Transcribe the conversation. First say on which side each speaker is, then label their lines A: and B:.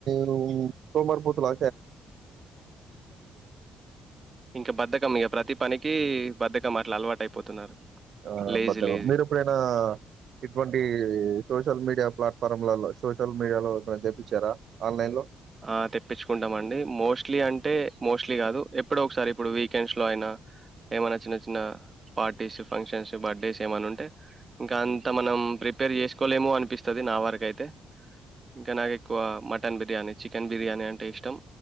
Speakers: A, on the right; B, on the right.
A: నువు సోమారుపోతువా
B: ఇంకా బద్దకంలే ఇంకా ప్రతి పనికి బద్దక కం అట్ల అలవాటు అయిపోతున్నారు
A: ఆ
B: లేజీ
A: బద్దకం
B: లేజీ
A: మీరు ఎప్పుడైనా ఇటువంటి ఈ సోషల్ మీడియా ఫ్లాటఫార్మలలో సోషల్ మీడియాలో ఎప్పుడన్నా తెప్పించారా ఆన్లైన్లో
B: ఆ తెప్పించుకుంటామండి మోస్ట్లీ అంటే మోస్ట్లీ కాదు ఎప్పుడో ఒకసారి ఇప్పుడు వీకెండ్స్ లో అయినా ఏమైనా చిన్న చిన్న పార్టీస్ ఫంక్షన్స్ బర్త్డేస్ ఏమైన్నా ఉంటే ఇంకా అంత మనం ప్రిపేర్ చేసుకోలేమో అనిపిస్తంది నా వరకు అయితే ఇంకా నాకు ఎక్కువ మటన్ బిర్యానీ చికెన్ బిర్యానీ అంటే ఇష్టం